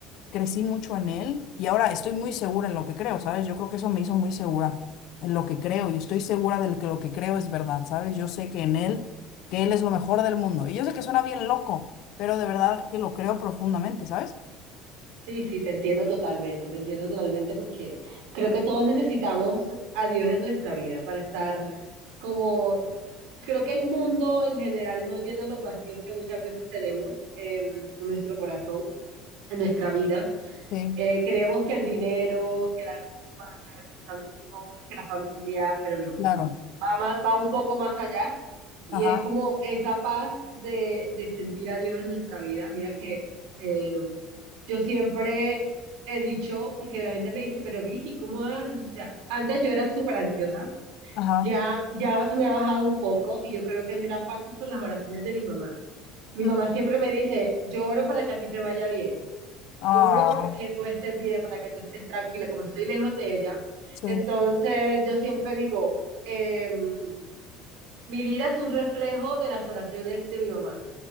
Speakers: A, on the left; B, on the right.
A: crecí mucho en él y ahora estoy muy segura en lo que creo, ¿sabes? Yo creo que eso me hizo muy segura en lo que creo y estoy segura de que lo que creo es verdad, ¿sabes? Yo sé que en él, que él es lo mejor del mundo. Y yo sé que suena bien loco, pero de verdad que lo creo profundamente, ¿sabes?
B: Sí, sí, te entiendo totalmente, te entiendo totalmente porque creo que todos necesitamos a Dios en nuestra vida para estar como, creo que el mundo en general no llena los vacíos que muchas veces tenemos em, en nuestro corazón, en nuestra vida.
A: Sí,
B: Eh, creemos que el dinero, que la ropa, que los amigos, que la familia, pero no,
A: claro.
B: no. Va, más- va un poco más allá y
A: Ajá,
B: es como esa paz de, de sentir a Dios en nuestra vida. Mira que eh, yo siempre he dicho, porque la gente me dice, pero Vicky, ¿cómo haces? O sea, antes yo era súper ansiosa,
A: ajá.
B: ya, ya se me ha bajado un poco y yo creo que en gran parte es por las oraciones de mi mamá. Mi
A: Mm.
B: mamá siempre me dice, yo oro para que a ti te vaya bien.
A: Ah,
B: Yo oro para que tú estés bien, para que tú estés tranquila, como estoy lejos de ella.
A: sí,
B: Entonces, yo siempre digo, em, mi vida es un reflejo de las oraciones de mi mamá,